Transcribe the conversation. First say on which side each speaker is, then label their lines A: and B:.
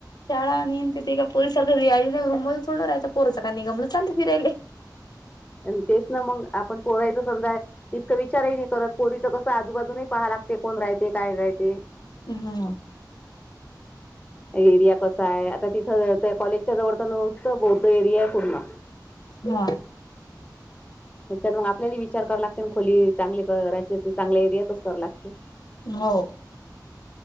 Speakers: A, on the left; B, on the left.
A: शाळा नन तथ का पु सार रिया नाही रूम मध्ये थोडं पोरचं का नि गमलं चाल फिरायले.
B: तेस ना मग आपण पोरायच समजा इतकं विचारही नाही करत पोरीच कसं आजूबाजूही पहा लागते कोण राहते काय राहते?
A: ह हा
B: <inaudible> एरिया कसा आहे आता तिथं त्या कॉलेजच्या जवळचा नुसतं बौद्ध एरिया आहे पूर्ण
A: हा
B: त्याच्यान मग आपल्याला विचार करा लागते ना खोली चांगली करायची असेल चांगल्या एरियात कराया लागते.
A: हो..